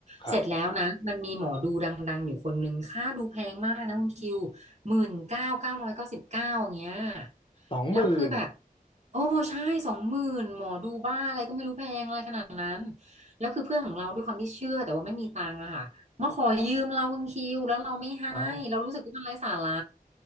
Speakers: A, on the left; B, on the right.
A: ครับ
B: เสร็จแล้วนะ มันมีหมอดูดังๆอยู่คนนึงค่าดูแพงมากนะคุณคิว หมื่นเก้าเก้าร้อยเก้าสิบเก้าเงี้ย
A: สองหมื่น
B: แล้วคือแบบ โอ้ใช่สองหมื่นหมอดูบ้าอะไรก็ไม่รู้แพงอะไรขนาดนั้น แล้วคือเพื่อนของเราด้วยความที่เชื่อแต่ว่าไม่มีตังค์อะค่ะ มาขอยืมเราคุณคิวแล้วเราไม่ให้เรารู้สึกว่ามันไร้สาระ
A: เอ้า